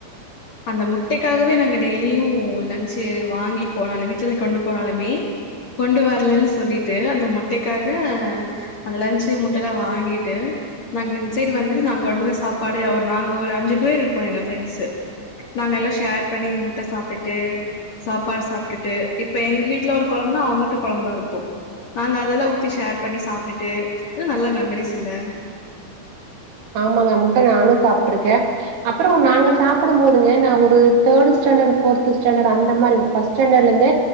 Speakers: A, on the left (about 45°); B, on the right (about 85°).
A: அந்த முட்டைக்காகவே நாங்க டெய்லியு லஞ்ச் வாங்கிட்டு போனாலுமே வீட்டுல கொண்டு போனாலுமே கொண்டு வரலன்னு சொல்லிட்டு அந்த முட்டைக்காக அந்த லஞ்ச் முட்டைல்லா வாங்கிட்டு நாங்க இந்த சைடு வந்து நாங்க கொண்டந்த சாப்பாடு நாங்க ஒரு அஞ்சு பேர் இருப்போ எங்க ஃப்ரெண்ட்ஸு நாங்க எல்லா ஷேர் பண்ணி முட்ட சாப்டுட்டு சாப்பாடு சாப்டுட்டு இப்ப எங்க வீட்டுல ஒரு கொழம்புனா அவங்க்ட கொழம்பா இருக்கு நாங்க அதெல்லா ஊத்தி ஷேர் பண்ணி சாப்டுட்டு அது நல்ல மெமரிஸ் இல்ல
B: ஆமாங்க முட்ட நானு சாப்டுருக்கே அப்றோ நாங்க சாப்டு போதுங்க நா ஒரு தேர்டு ஸ்டாண்டர்ட் ஃபோர்த் ஸ்டாண்டர்ட் அந்த மாரி ஃபர்ஸ்ட் ஸ்டாண்டர்ட்ல இருந்தே